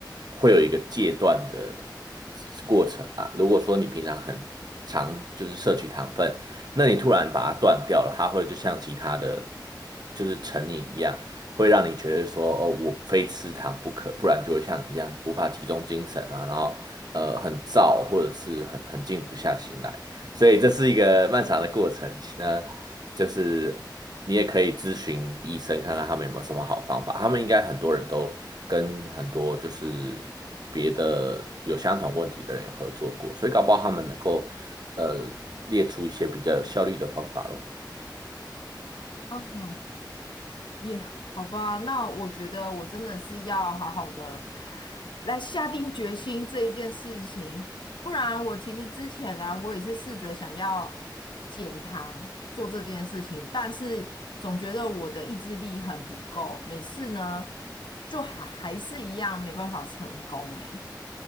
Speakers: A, on the right; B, on the left.
A: 会有一个戒断的过程啊。如果说你平常很常就是摄取糖分，那你突然把它断掉了，它会就像其他的就是成瘾一样，会让你觉得说哦，我非吃糖不可，不然就会像你一样无法集中精神啊，然后呃很燥或者是很很静不下心来。所以这是一个漫长的过程。那就是你也可以咨询医生，看看他们有没有什么好方法。他们应该很多人都跟很多就是别的有相同问题的人有合作过，所以搞不好他们能够呃列出一些比较有效率的方法咯。
B: 嗯耶，好吧，那我觉得我真的是要好好的来下定决心这一件事情，不然我其实之前啊，我也是试着想要减糖做这件事情，但是总觉得我的意志力很不够，每次呢就还还是一样没办法成功诶。